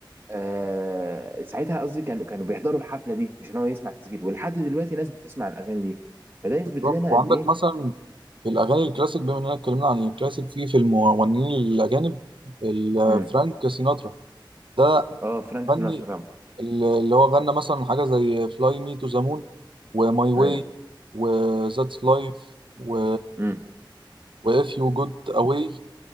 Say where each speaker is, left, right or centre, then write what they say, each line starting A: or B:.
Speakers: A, on the right; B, on the right.
A: آه ساعتها قصدي كانوا كانوا بيحضروا الحفله دي مش ان هو يسمع تسجيل ولحد دلوقتي ناس بتسمع الاغاني دي فده يثبت
B: بالظبط
A: لنا
B: وعندك
A: قد ايه
B: مثلا في الأغاني الكلاسيك بما إننا اتكلمنا عن الكلاسيك في في المغنيين الأجانب ال-
A: امم
B: فرانك سيناترا ده
A: اه فرانك سيناترا
B: غني
A: طبعا
B: اللي هو غنى مثلا حاجة زي فلاي مي تو ذا مون وماي واي
A: ايوه
B: وذاتس لايف و
A: امم
B: واف يو جود اواي